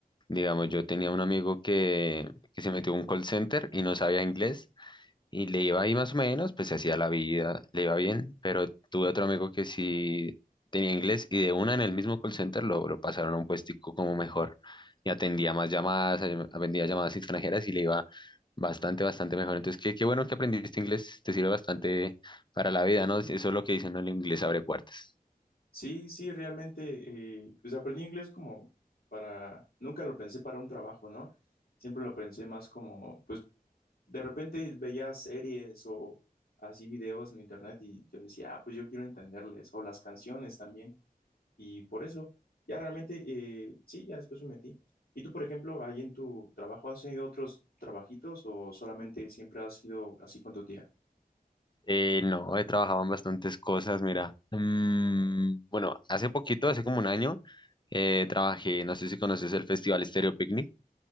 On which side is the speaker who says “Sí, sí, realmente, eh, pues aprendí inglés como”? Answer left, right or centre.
Left